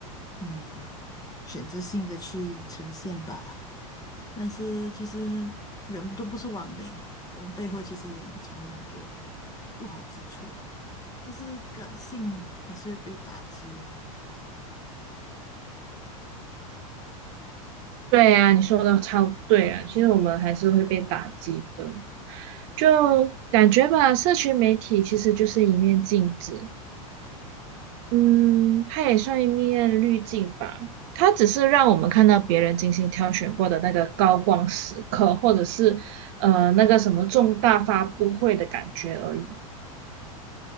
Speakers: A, on the left (about 20°); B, on the right (about 55°).
A: 嗯，选择性的去呈现吧。但是其实人都不是完美，我们背后其实也隐藏了很多不好之处。但是感性还是会被打击啊。
B: 对啊，你说的超对啊，其实我们还是会被打击的，就感觉吧，社群媒体其实就是一面镜子，嗯，它也算一面滤镜吧，它只是让我们看到别人精心挑选过的那个高光时刻，或者是呃那个什么重大发布会的感觉而已。